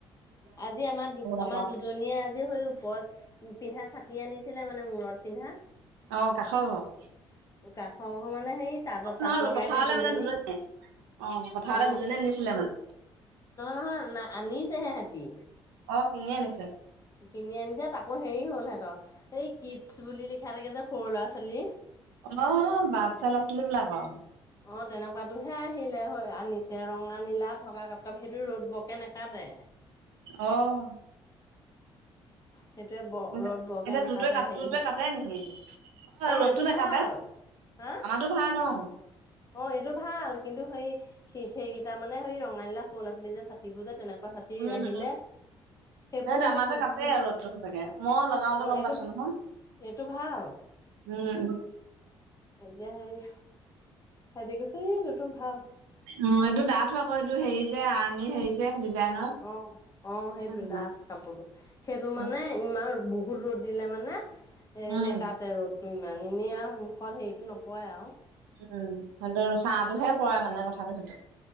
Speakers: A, on the left (about 30°); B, on the right (about 85°).
A: আজি আমাৰ দু
B: আকৌ
A: আমাৰ দুজনীয়ে আজি হৈ ওপৰত উ পিন্ধা চাতি আনিছিলে মানে মূৰত পিন্ধা
B: অ কাষৰ ঘৰৰ?
A: কাষৰ ঘৰ মানে হেই তাঁ তাঁত
B: নহয় আৰু
A: লগাই
B: পথাৰলে
A: যে দুইজনী
B: মানে দুজনী অ পথাৰলে
A: অ <inaudible> নহয়
B: দুজনীয়ে নিছিলে মানে
A: নহয় ন আনিছেহে হেতী।
B: অ কিনি আনিছে?
A: কিনি আনিছে তাকো হেৰি হল ইহঁতৰ, এই কিডছ বুলি লিখা থাকে যে, সৰু ল'ৰা-ছোৱালী
B: অ', অ', বাটচা ল'ৰা-ছোৱালী বিলাকৰ।
A: অ', তেনেকুৱাতোহে আহিলে হয়, আনিছে, ৰঙা, নীলা থকা কাপ, কাপ সেইটো ৰ'দ বক এ নেকাতে।
B: অ'।
A: সেইটোৱে ব
B: এত এতিয়া,
A: ৰ'দ বৰকে নাকাটে
B: তোৰটোৱে কাত
A: হেৰিহঁত
B: তোৰটোৱে কাটে নেকি? অ', ৰ'দতো
A: এইটো
B: নাকাটে,
A: ভাল
B: আমাৰোটো
A: হা
B: ভাল অ'।
A: অ', এইটো ভাল, কিন্তু সেই, সেই সেইকেইটা মানে, সেই ৰঙা নীলা, সৰু ল'ৰা-ছোৱালী যে, ছাতিবোৰ যে, তেনেকুৱা তহঁতি
B: উম
A: আহিলে সেইবোৰ
B: সেইটো,
A: হেনো
B: আমাৰটোৱে
A: কিডছ
B: কাটে,
A: বুলি
B: আৰু ৰ'দটো সঁচাকে, মই লগাওতে
A: অ
B: গম
A: এইটো
B: পাইছো নহয়।
A: এইটো ভাল।
B: উম।
A: এতিয়া হেৰি ভাইটি কৈছে, এই তোৰটো ভাল।
B: অ', এইটো ডাঠ হয় আকৌ, এইটো হেৰি যে, আৰ্মি হেৰি যে। ডিজাইনৰ।
A: অ', অ', সেইটোৱে
B: হয় হয়
A: ডাঠ। কাপোৰটো, সেইটো মানে,
B: উম
A: ইমান বহুত ৰ'দ দিলে মানে এ
B: উম
A: নেকাতে ৰ'দ। তো ইমান, এনেই আৰু মুখত হেৰিটো নপৰে আৰু।
B: উম, সেইটো ছাটোহে পৰে মানে, কথাটো সেইটো।